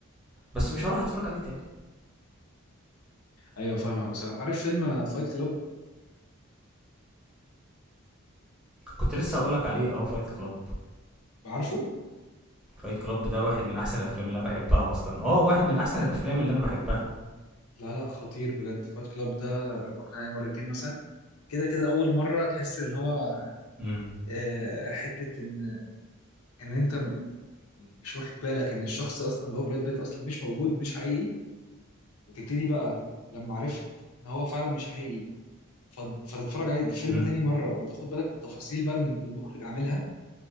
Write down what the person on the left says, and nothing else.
ايوه فاهمك بصراحه عارف فيلم فايت كلاب
عارفه
لا لا خطير بجد فايت كلاب ده اتفرجت عليه مرتين مثلا كده كده اول مره تحس اللي هو
آه حته ان ان انت م- مش واخد بالك ان الشخص اصلا اللي هو براد بيت اصلا مش موجود مش حقيقي وتبتدي بقى لما عرفت ان هو فعلا مش حقيقي فت- فتتفرج عليه الفيلم
تاني مرة وتاخد بالك من التفاصيل بقى اللي المخرج عاملها